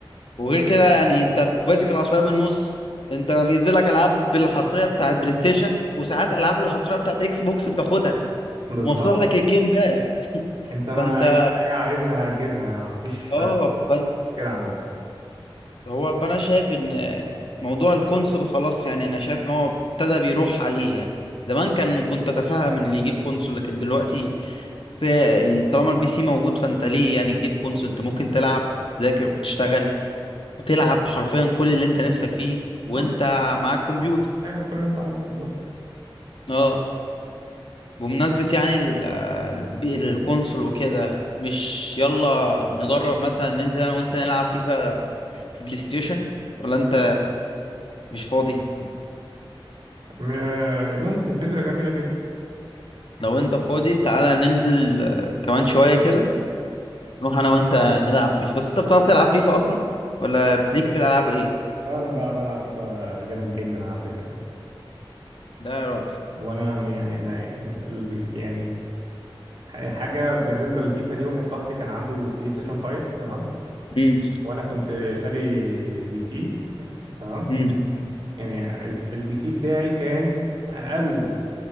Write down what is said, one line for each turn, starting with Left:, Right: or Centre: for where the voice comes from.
Left: وغير كده يعني انت ماسك العصايه من النص انت بينزل لك العاب بالحصريه بتاعت بلاي ستيشن وساعات العاب الحصريه بتاعت اكس بوكس بتاخدها
Right: بالظبط
Left: ومفتوح لك الجيم باس
Right: انت ما
Left: فانت
Right: اي حاجه عايزها هتجيبها يعني ما فيش فرق
Left: اه فانت
Right: كده عندك
Left: هو فانا شايف ان موضوع القنصل خلاص يعني انا شايف ان هو ابتدى بيروح عليه يعني زمان كان كنت اتفهم ان اللي يجيب قنصل لكن دلوقتي في ال- طالما البي سي موجود فانت ليه يعني تجيب قنصل انت ممكن تلعب تذاكر وتشتغل وتلعب حرفيا كل اللي انت نفسك فيه وانت
Right: اه
Left: معاك كمبيوتر
Right: تعمل كل اللي انت عايزه بالظبط
Left: اه بمناسبة يعني ال- الب- القنصل وكده مش يلا نجرب مثلا ننزل انا وانت نلعب فيفا في بلاي ستيشن ولا انت مش فاضي
Right: م- ممكن فكره جميله جدا
Left: لو انت فاضي تعالى ننزل آه، كمان شوية كده نروح انا وانت نلعب فيفا بس انت بتعرف تلعب فيفا اصلا ولا بليك في الالعاب ايه
Right: لا، انا بقى بلعب فيفا جامد جدا على فكره يعني
Left: لا يا راجل
Right: وانا م- يعني انا البي سي يعني حاجه بالنسبه للفيفا دي واحد صاحبي كان عنده بلاي ستيشن 5 تمام
Left: امم
Right: وانا كنت شاري بي سي تمام
Left: امم
Right: يعني الف- البي سي بتاعي كان اقل